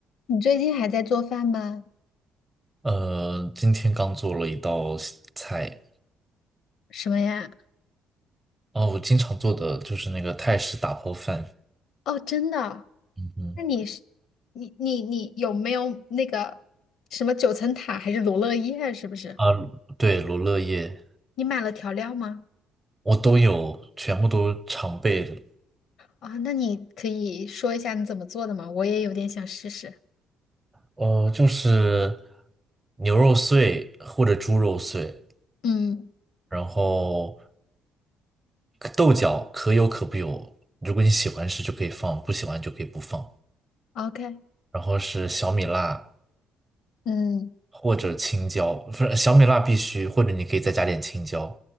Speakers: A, on the left; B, on the right.
A: 你最近还在做饭吗？
B: 呃，今天刚做了一道西菜，
A: 什么呀？
B: 哦，我经常做的就是那个泰式打抛饭，
A: 哦，真的啊，
B: 嗯哼，
A: 那你是你你你有没有那个什么九层塔还是罗勒叶啊？是不是？
B: 啊，对，罗勒叶，
A: 你买了调料吗？
B: 我都有，全部都常备的，
A: 啊、那你可以说一下你怎么做的吗？我也有点想试试。
B: 呃，就是牛肉碎或者猪肉碎，
A: 嗯
B: 然后豆角可有可不有，如果你喜欢吃就可以放，不喜欢就可以不放，
A: ，OK，
B: 然后是小米辣，
A: 嗯，
B: 或者青椒，不是小米辣必须，或者你可以再加点青椒，